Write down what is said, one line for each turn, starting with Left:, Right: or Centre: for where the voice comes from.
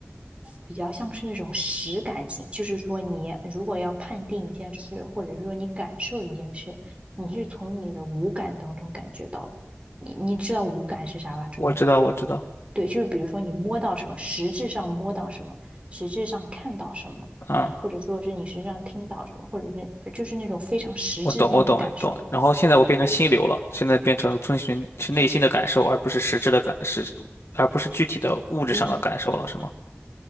Right: 比较像是那种实感型，就是说你如果要判定一件事，或者是说你感受一件事，你是从你的五感当中感觉到的。你你知道五感是啥吧？中文，
Left: 我知道，我知道，
Right: 对，就是比如说你摸到什么，实质上摸到什么，实质上看到什么，
Left: 嗯。
Right: 或者说是你实际上听到什么，或者是就是那种非常实质性的感受。
Left: 我懂，我懂，懂。然后现在我变成心流了，现在变成遵循是内心的感受，而不是实质的感，是，而不是具体的物质上的感受了，
Right: 嗯，
Left: 是吗？